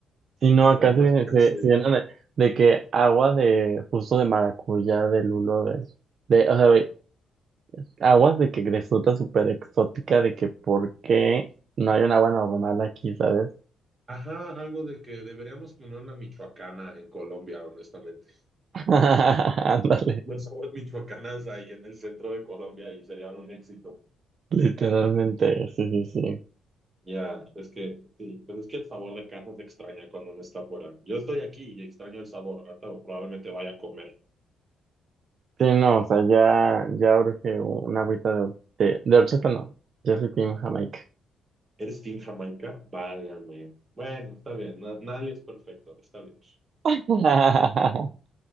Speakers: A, on the right; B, on the right.
A: Sí, no, acá
B: algo más
A: se,
B: casero.
A: se, se llenan de, de que agua de, justo de maracuyá, de lulo, de, de, o sea, güey, aguas de que, de fruta súper exótica, de que por qué no hay un agua normal aquí, ¿sabes?
B: Ajá, algo de que deberíamos poner una michoacana en Colombia, honestamente.
A: <laughs> Ándale,
B: los aguas michoacanas ahí en el centro de Colombia y serían un éxito.
A: literalmente, sí, sí, sí.
B: Ya, es que sí, pues es que el sabor de casa se extraña cuando uno está afuera. Yo estoy aquí y extraño el sabor. Ahorita probablemente vaya a comer.
A: Sí, no, o sea, ya, ya urge una agüita de, de, de horchata, no. Yo soy Team Jamaica.
B: ¿Eres Team Jamaica? Válgame. Bueno, está bien. na- nadie es perfecto. Está bien.
A: <laughs>